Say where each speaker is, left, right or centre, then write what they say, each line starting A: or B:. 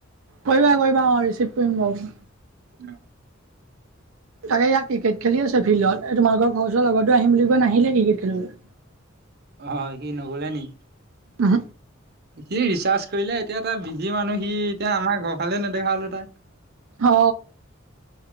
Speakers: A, on the right; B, on the right.
A: কৰিবা কৰিবা অ ৰিচিভ কৰিম বাৰ
B: উ
A: তাকে ইয় ক্ৰিকেট খেলি আছে ফিল্ডত তোমালোকৰ ঘৰ চৰ লগৰতে আহি বুলি কৈ নাহিলে ক্ৰিকেট খেলিবলৈ
B: অ সি নগলে নি
A: আহ
B: ৰিচাৰ্জ কৰিলে এতিয়া তটা বিজি মানুহ সি এতিয়া আমাৰ ঘৰ ফালে নেদেখা হলো তাই
A: অ